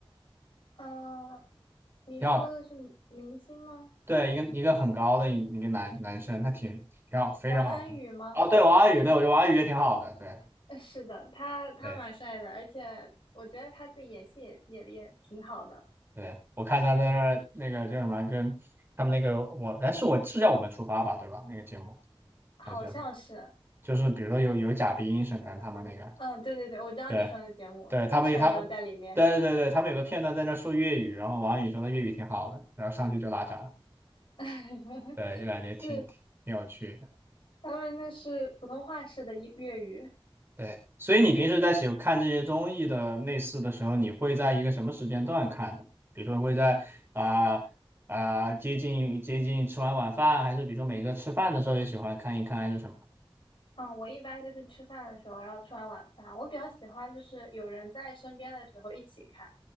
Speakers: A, on the left; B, on the right.
A: 嗯，你说的是明星吗？
B: 挺好看。对，一个一个很高的一一个男男生，他挺挺好，非常好看。
A: 王安宇吗？
B: 哦，对，王安宇，对，我觉得王安宇也挺好的，对。
A: 呃是的，他他蛮帅的，
B: 对
A: 而且我觉得他自己演戏也演的也挺好的，
B: 对，我看他在那儿那个叫什么，跟他们那个我，哎，是我是叫我们出发吧，对吧？那个节目，
A: 好像是。
B: 他叫就是比如说有有贾冰、沈腾他们那个，
A: 嗯，对对对，我知道你说的节目，
B: 对对，他们他们对对对对，
A: 金晨也有在里面。
B: 他们有个片段在那儿说粤语，然后王安宇说他粤语挺好的，然后上去就拉闸，
A: <laughs>
B: 对，就感觉挺挺有趣。
A: 是，他们那是普通话式的粤语。
B: 对，所以你平时在喜看这些综艺的类似的时候，你会在一个什么时间段看呢？比如说会在啊啊、接近接近吃完晚饭，还是比如说每个吃饭的时候也喜欢看一看，还是什么
A: 嗯，我一般就是吃饭的时候，然后吃完晚饭，我比较喜欢就是有人在身边的时候一起看，